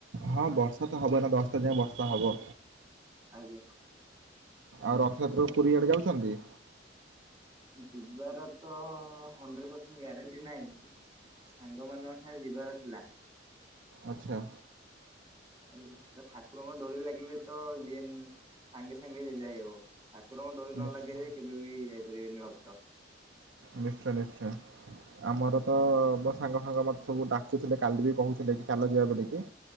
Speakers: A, on the right; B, on the right.
A: ହଁ ବର୍ଷା ତ ହବ ନା ଦଶଟା ଯାଏ ବର୍ଷା ହବ।
B: ଆଜ୍ଞା।
A: ଆଉ ରଥଯାତ୍ରା
B: ଆଉ
A: କୁ ପୁରୀ ଆଡେ ଯାଉଛନ୍ତି?
B: ଯିବାର ତ ହଣ୍ଡ୍ରେଡ଼୍ ପରସେଣ୍ଟ୍ ଗ୍ୟାରେଣ୍ଟି ନାହିଁ। ସାଙ୍ଗମାନଙ୍କ ସାଙ୍ଗେ ଯିବାର ଥିଲା।
A: ଆଚ୍ଛା।
B: ଆଜ୍ଞା ଠାକୁରଙ୍କ ଡୋରି ଲାଗିଲେ ତ ଯିଏ ସାଙ୍ଗେ ସାଙ୍ଗେ ଯାଇହବ। ଠାକୁରଙ୍କ ଡୋରି ନ
A: ନିଶ୍ଚୟ
B: ଲାଗିବା ଯାଏ କେବେ ବି ଯାଇପାରିବେନି ଭକ୍ତ।
A: ନିଶ୍ଚୟ ନିଶ୍ଚୟ। ଆମର ତ ମୋ ସାଙ୍ଗ ଫାଙ୍ଗ ମୋତେ ସବୁ ଡାକୁଥିଲେ କାଲି ବି କହୁଥିଲେ କି ଚାଲ ଯିବା ବୋଲିକି।